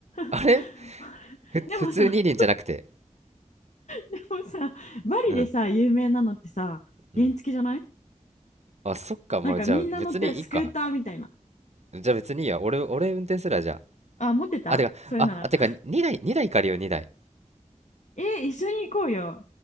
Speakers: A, on the left; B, on the right.
A: <laughs>
B: あれふ、
A: でもさ、
B: 普通二輪じゃなくて。
A: でもさ、バリでさ、
B: うん、
A: 有名なのってさ、
B: うん。
A: 原付じゃない
B: あ、そっか、まあ、
A: なんかみんな乗ってスクーターみたいな。
B: じゃあ、別にいいか。じゃあ別にいいや。俺、俺運転すらじゃ
A: あ、持ってたそれなら。
B: あ。あ、てか、あ、あ、てか、2台、2台借りよう、2台。
A: え、一緒に行こうよ。